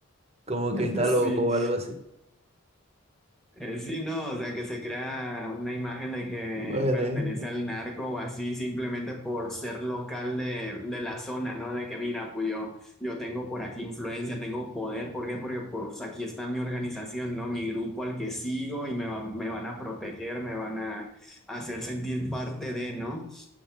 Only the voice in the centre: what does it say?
<laughs>
sí,
Eh, sí, no, o sea, que se crea una imagen de que
pertenece
al narco o así simplemente por ser local de, de la zona, ¿no? De que mira, pues yo, yo tengo por aquí influencia, tengo poder, ¿por qué? Porque pues aquí está mi organización, ¿no? Mi grupo al que sigo y me, va- me van a proteger, me van a hacer sentir parte de, ¿no?